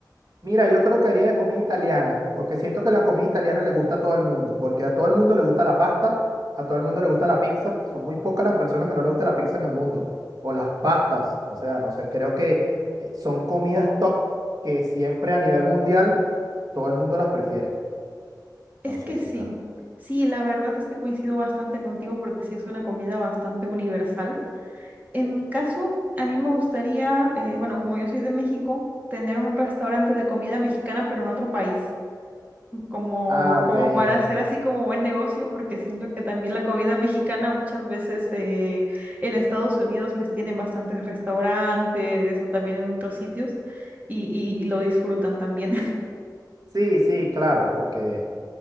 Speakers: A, on the right; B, on the right.
A: Mira, yo creo que haría de comida italiana, porque siento que la comida italiana le gusta a todo el mundo, porque a todo el mundo le gusta la pasta, a todo el mundo le gusta la pizza, son muy pocas las personas que no le gusta la pizza en el mundo, o las pastas, o sea, no sé, creo que eh, son comidas top que siempre a nivel mundial todo el mundo las prefiere.
B: Es
A: No
B: que
A: sé
B: sí,
A: si está...
B: sí, la verdad es que coincido bastante contigo porque sí es una comida bastante universal. En mi caso, a mí me gustaría, eh, bueno, como yo soy de México, tener un restaurante de comida mexicana, pero en otro país, como,
A: Ah, ok.
B: como
A: en-
B: para hacer así como buen negocio, porque siento que también la comida mexicana muchas veces eh, en Estados Unidos pues tienen bastantes restaurantes o también en otros sitios y, y- y lo disfrutan también.
A: Sí, sí, claro, porque